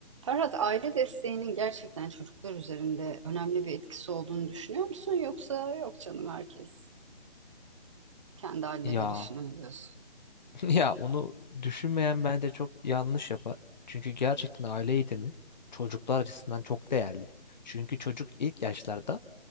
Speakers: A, on the right (about 30°); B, on the left (about 45°).
A: Ferhat, aile desteğinin gerçekten çocuklar üzerinde önemli bir etkisi olduğunu düşünüyor musun? Yoksa yok canım herkes kendi halleder
B: Ya
A: işini mi diyorsun?
B: <laughs> ya onu düşünmeyen bence çok yanlış yapar. Çünkü gerçekten aile eğitimi çocuklar açısından çok değerli. Çünkü çocuk ilk yaşlarda